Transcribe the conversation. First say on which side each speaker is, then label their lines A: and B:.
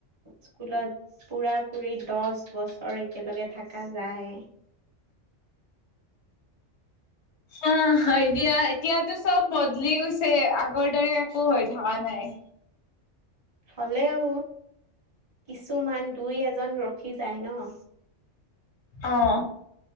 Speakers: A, on the right; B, on the left.
A: স্কুলত পুৰা পুৰি দহ বছৰ একেলগে থকা যায়।
B: অ', হয় দিয়া, এতিয়াতো চব ব বলি গৈছে, আগৰ দৰে একো হৈ থকা নাই।
A: হ'লেও, কিছুমান দুই এজন ৰখি যায় ন।
B: অ',